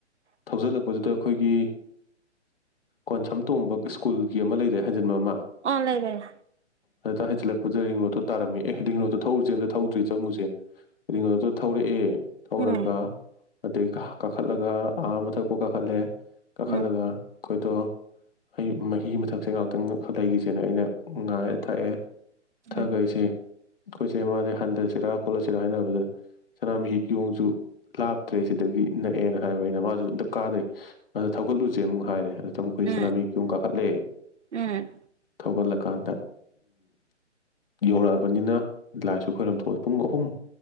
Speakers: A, on the left (about 50°); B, on the right (about 70°).
A: ꯊꯧꯖꯤꯜꯂꯛꯄꯗꯨꯗ ꯑꯩꯈꯣꯏꯒꯤ ꯀꯣꯟꯁꯝ ꯇꯣꯝꯕꯒ ꯁ꯭ꯀꯨꯜꯒꯤ ꯑꯃ ꯂꯩꯗꯥꯏ ꯍꯥꯏꯖꯤꯟꯕꯝ ꯑꯃ
B: ꯑꯥ ꯂꯩꯕꯅꯦ
A: ꯑꯗꯨꯗ ꯍꯩꯖꯤꯜꯂꯛꯄꯗꯨꯗ ꯔꯤꯡ ꯔꯣꯗꯇꯣ ꯇꯥꯔꯝꯃꯦ ꯑꯦ ꯔꯤꯡ ꯔꯣꯗꯇꯣ ꯊꯧꯔꯨꯁꯦ ꯑꯝꯇ ꯊꯧꯗ꯭ꯔꯤ ꯆꯪꯉꯨꯁꯦ ꯔꯤꯡ ꯔꯣꯗꯇꯨꯗ ꯊꯧꯔꯛꯑꯦ ꯊꯧꯔꯒ
B: ꯎꯝ
A: ꯑꯗꯩ ꯀꯥꯈꯠꯂꯒ ꯑꯥ ꯃꯊꯛꯄꯨꯛ ꯀꯥꯈꯠꯂꯦ ꯀꯈꯥꯠꯂꯒ
B: ꯎꯝ
A: ꯈꯣꯏꯗꯣ ꯍꯩ ꯃꯍꯤ ꯑꯃ ꯊꯛꯁꯦ ꯉꯥꯏꯍꯥꯛꯇꯪ ꯂꯩꯒꯤꯁꯦꯅ ꯑꯩꯅ ꯉꯥꯏꯔ ꯊꯥꯛꯑꯦ ꯊꯛ
B: ꯎꯝ
A: ꯑꯒ ꯑꯩꯁꯦ ꯑꯩꯈꯣꯏꯁꯦ ꯃꯥꯅꯦ ꯍꯟꯂꯁꯤꯔꯥ ꯈꯣꯠꯂꯁꯤꯔꯥ ꯍꯥꯏꯅꯕꯗꯨꯗ ꯁꯅꯥꯃꯍꯤ ꯀꯤꯌꯣꯡꯁꯨ ꯂꯥꯞꯇ꯭ꯔꯦ ꯁꯤꯗꯒꯤ ꯅꯛꯑꯦꯅ ꯍꯥꯏꯕ ꯑꯩꯅ ꯃꯥꯁꯨ ꯑꯝꯇ ꯀꯥꯗꯩ ꯃꯥꯁꯨ ꯊꯧꯒꯠꯂꯨꯁꯦ ꯑꯃꯨꯛ ꯍꯥꯏꯔꯦ ꯈꯣꯏ
B: ꯎꯝ
A: ꯁꯅꯝꯃꯤ <inaudible> ꯌꯨꯝ ꯀꯥꯈꯠꯂꯛꯑꯦ
B: ꯎꯝ
A: ꯊꯧꯒꯠꯂꯛ ꯀꯥꯟꯗ ꯌꯧꯔꯛꯑꯕꯅꯤꯅ ꯂꯥꯏꯁꯨ ꯈꯣꯏꯔꯝ ꯊꯣꯛꯑꯦ ꯄꯨꯡ ꯑꯍꯨꯝ